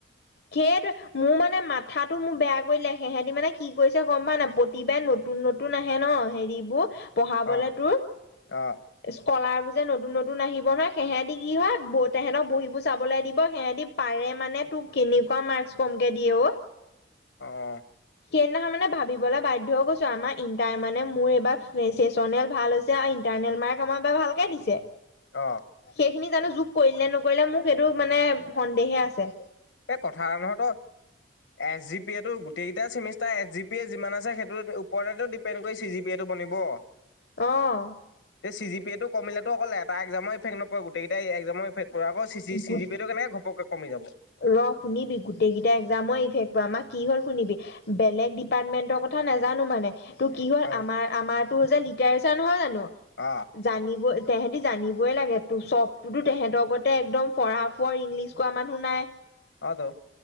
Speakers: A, on the left; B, on the left.
A: সেইটো মোৰ মানে মাথাটো মোৰ বেয়া কৰিলে সিহঁতি মানে কি কৰিছে গম পা নাই? প্ৰতিবাই নতুন নতুন নতুন আহে ন হেৰিবোৰ পঢ়াবলে
B: অ'
A: তোৰ
B: অ'
A: স্কললাৰ বোৰ যে নতুন নতুন আহিব নহয়। সেহঁতি কি হয় তেহেঁতক বহীবোৰ চাবলৈ দিব সিহঁতি পাৰে মানে তোক কেনেকুৱা মাৰ্কস কমকে দিয়ে অ।
B: অঁ।
A: সেইদিনাখন মানে ভাবিবলৈ বাধ্য হৈ গৈছোঁ আৰু আমাৰ ইণ্টাৰ মানে মোৰ এইবাৰ মেচেচনেল ভাল। ইণ্টাৰনেল মাৰ্ক আমাক বাৰু ভালকে দিছে।
B: অ।
A: সেইখিনি জানো যোগ কৰিলে নে নকৰিলে মোক, এইটোৱে মানে সন্দেহে আছে।
B: এই কথা‌ এটা নহয় ত। এছ জি পি এ তো গোটেইকেইটা চেমিষ্টাৰ এছ জি পি য়ে যিমান আছে সেইটো ওপৰ অপেনকৈ চি জি পি এটো বনিব।
A: অঁ।
B: যে চি জি প এ টো কমিলেতো অকল এটা একজাম ইফেক্ট নপৰে গোটেইকেইটা একজামৰ ইফেক্ট পৰাকৈ। চি চি
A: গোট
B: জি প টো কেনেকে ঘপকে কমি যাব।
A: ৰ শুনিবি গোটেইকেইটা এক্জামৰ ইফেক্ট প আমাক। কি হ'ল শুনিবি বেলেগ ডিপাৰ্টমেন্টৰ কথা নাজানো মানে ত' কি হ'ল
B: অ
A: আমাৰ। আমাৰতো যে লিটাৰেচাৰ নহয় জানো।
B: অঁ।
A: জানিব তেহেঁতি জানিবই লাগে ত চবটোটৌ তেহেঁতৰতে একদম ফৰা ফৰ ইংলিছ। কোৱা মানুহ নাই।
B: অ টৌ